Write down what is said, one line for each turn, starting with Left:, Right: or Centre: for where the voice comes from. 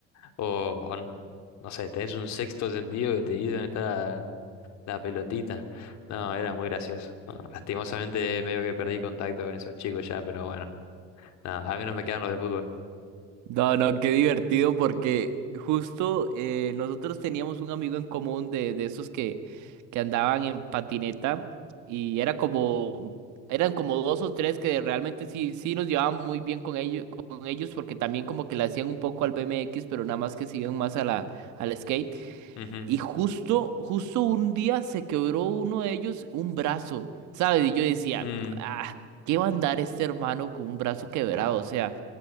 Left: o, o n- no sé, tenés un sexto sentido que te dice dónde está la, la pelotita. No, era muy gracioso. No, lastimosamente medio que perdí contacto con esos chicos ya, pero bueno. Nada, al menos me quedaron los de fútbol.
Right: No, no, qué divertido porque justo eh, nosotros teníamos un amigo en común de, de esos que, que andaban en patineta y era como, eran como dos o tres que realmente sí, sí nos llevaban muy bien con ellos, con ellos porque también como que le hacían un poco al BMX, pero nada más que se iban más a la, al skate.
Left: Ujú.
Right: Y justo, justo un día se quebró uno de ellos un brazo, ¿sabes? Y yo decía,
Left: Mm.
Right: ah, ¿qué va a andar este hermano con un brazo quebrado? O sea...